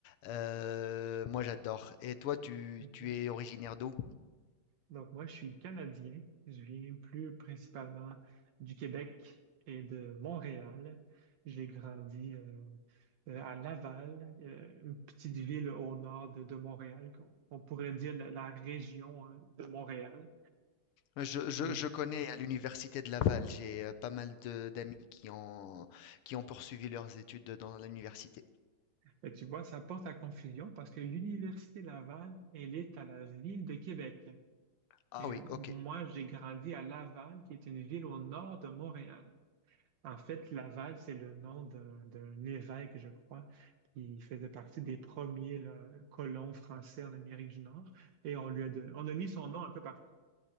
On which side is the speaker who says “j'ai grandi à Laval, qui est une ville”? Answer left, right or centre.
Right